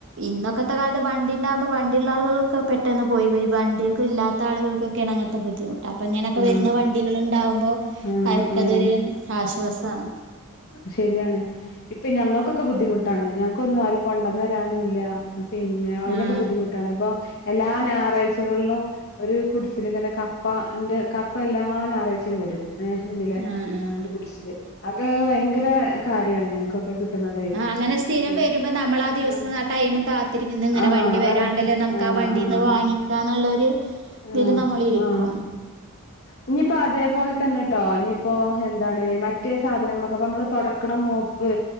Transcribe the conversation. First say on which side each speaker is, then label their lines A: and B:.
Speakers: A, on the right; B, on the left.
A: ഇന്നൊക്കത്തെ കാലത്ത് വണ്ടി ഉണ്ടാകുമ്പോ വണ്ടിയൂള്ള ആളുകളൊക്കെ പെട്ടെന്ന് പോയിവരും വണ്ടിയൊക്കെ ഇല്ലാത്ത ആളുകൾക്കൊ ക്കെ അങ്ങനത്തെ ബുദ്ധിമുട്ട് അപ്പ ഇങ്ങനൊക്കെ
B: ആഹ്
A: വരുന്ന വണ്ടികളും ഉണ്ടാവുമ്പോ
B: ആഹ്
A: അവർക്ക്തൊരു
B: ആഹ്
A: ആശ്വാസമാണ്
B: ശരിയാണ് ഇപ്പൊ ഞങ്ങൾക്കൊക്കെ ബുദ്ധിമുട്ടാണ് ഞങ്ങൾക്കൊന്നും ആരും കൊണ്ടന്നരാനുംല്ല പിന്നെ അതിനൊക്കെ
A: ആഹ്
B: ബുദ്ധിമുട്ടാണ് ഇപ്പൊ എല്ലാ ഞായറാഴ്ചകളിലും ഒരു കുടിസിലിങ്ങനെ കപ്പന്റെ കപ്പ എല്ലാ ഞായറാഴ്ചിം വരും ഏഹ് ഇതില്
A: ആഹ് ആഹ്
B: ഒരു ഗുഡ്സിൽ അക ഭയങ്കര കാര്യാണ് ഞങ്ങക്കൊക്കെ കിട്ടണതേ.
A: ആഹ് അങ്ങനെ സ്ഥിരം
B: പിന്നെ
A: വരുമ്പോ നമ്മൾ ആ ദിവസം
B: ആഹ്
A: ആ ടൈം കാത്തിരിക്കുന്നു ഇങ്ങനെ
B: ആഹ്
A: വണ്ടി വരാ
B: കറക്റ്റ്
A: ല്ല നമുക്ക്
B: ആഹ്
A: ആ വണ്ടിന്ന്
B: ആഹ്
A: വാങ്ങിക്കാന്നുള്ളരു ഇതില്
B: ആഹ്
A: നമ്മൾ ഇരിക്കും.
B: ആഹ് ഇനിയിപ്പോ അതേപോലെ തന്നെട്ടോ ഇനിയിപ്പോ എന്താണ് മറ്റേ സാധനങ്ങളൊക്കെ നമ്മള് തൊടക്കണ മോപ്പ്